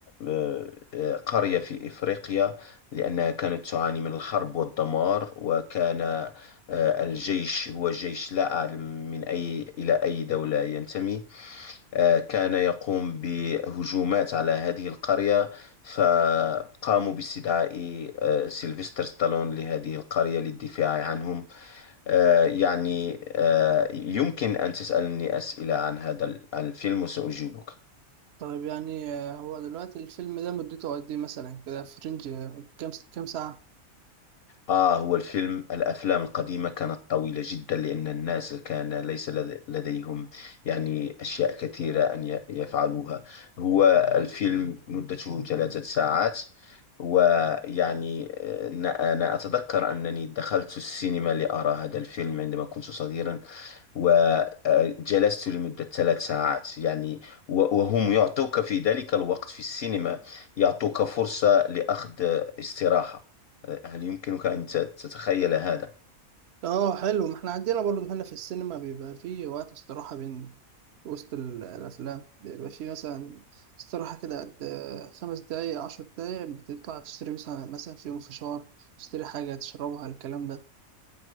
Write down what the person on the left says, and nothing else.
آه، آه، قرية في إفريقيا لأنها كانت تعاني من الحرب والدمار وكان آه، الجيش هو جيش لا أعلم من أي إلى أي دولة ينتمي آه، كان يقوم بهجومات على هذه القرية فقاموا باستدعاء آه، سيلفستر ستالون لهذه القرية للدفاع عنهم آه، يعني آه، يمكن أن تسألني أسئلة عن هذا ال- عن الفيلم وسأجيبك
آه هو الفيلم الأفلام القديمة كانت طويلة جدا لأن الناس كان ليس لد- لديهم يعني أشياء كثيرة أن ي- يفعلوها هو الفيلم مدته ثلاثة ساعات ويعني آه، أنا أنا أتذكر أنني دخلت السينما لأرى هذا الفيلم عندما كنت صغيرا وجلست لمدة ثلاث ساعات يعني و- وهم يعطوك في ذلك الوقت في السينما يعطوك فرصة لأخذ استراحة هل يمكنك أن ت- تتخيل هذا؟